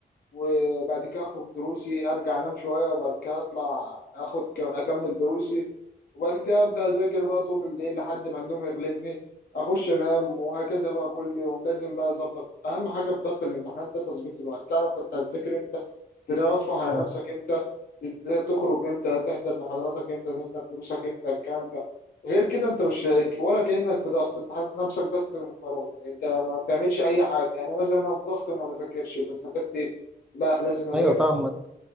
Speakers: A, on the left; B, in the centre.
A: وبعد كده اخرج دروسي ارجع انام شويه وبعد كده اطلع اخد كم اكمل دروسي وبعد كده ابدا اذاكر بقى طول الليل لحد ما النوم يغلبني اخش انام وهكذا بقى كل يوم لازم بقى اظبط اهم حاجه في ضغط الامتحانات ده تظبيط الوقت تعرف انت هتذاكر امتى ترفه على
B: مم.
A: نفسك امتى ازاي تخرج امتى تحضر محاضراتك امتى تحضر دروسك امتى الكلام ده غير كده انت مش شايك ولا كانك في ضغط انت حاطط نفسك ضغط من فراغ انت ما بتعملش اي حاجه يعني مثلا انا في ضغط وما بذاكرش بستفدت لا لازم اذاكر
B: أيوه فاهم